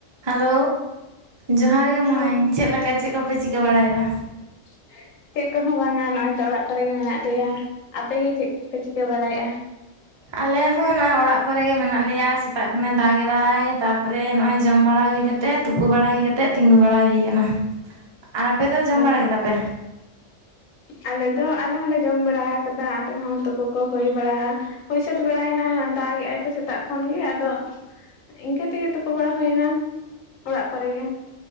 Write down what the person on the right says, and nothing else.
Hello. ᱡᱚᱸᱦᱟᱨ ᱜᱮ
ᱢᱟᱹᱭ᱾ ᱪᱮᱫ ᱞᱮᱠᱟ ᱪᱮᱫ ᱠᱚᱯᱮ ᱪᱤᱠᱟᱹ ᱵᱟᱲᱟᱭ ᱮᱫᱟ?
ᱟᱞᱮ ᱦᱚ ᱱᱚᱜ-ᱚᱭ ᱚᱲᱟᱜ ᱠᱚᱨᱮ ᱜᱮ ᱢᱮᱱᱟᱜ ᱞᱮᱭᱟ᱾ ᱥᱮᱛᱟᱜ ᱠᱷᱚᱱᱮ ᱫᱟᱜ ᱮᱫᱟᱭ ᱛᱟᱯᱚᱨᱮ ᱱᱚᱭ ᱡᱚᱢ ᱵᱟᱲᱟ ᱦᱩᱭ ᱠᱟᱛᱼᱼ ᱛᱮ ᱛᱩᱯᱩ ᱵᱟᱲᱟ ᱦᱩᱭ ᱠᱟᱛᱮᱫ ᱛᱤᱜᱩ ᱵᱟᱲᱟ ᱦᱩᱭ ᱟᱠᱟᱱᱟ ᱟᱨ ᱟᱯᱮᱫᱚ ᱡᱚᱢ
ᱵᱟᱲᱟ ᱠᱮᱫᱟ ᱯᱮ? <inaudible>